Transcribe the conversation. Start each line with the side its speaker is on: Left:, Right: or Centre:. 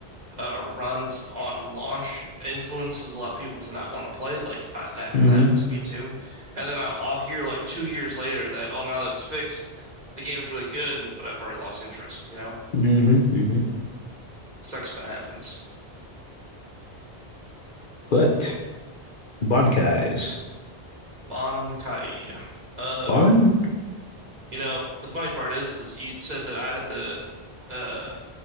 Right: uh, runs on launch influences a lot of people to not want to play. Like I, that
Left: hmm
Right: that happens to me too, and then I'll I'll hear like two years later that oh now that it's fixed, the game's really good, and- but I've already lost interest. You know,
Left: hmm hmm
Right: sucks that happens.
Left: But Bankai's
Right: Bankai. Uh,
Left: Bon.
Right: You know, the funny part is, is you said that I'd have to uh,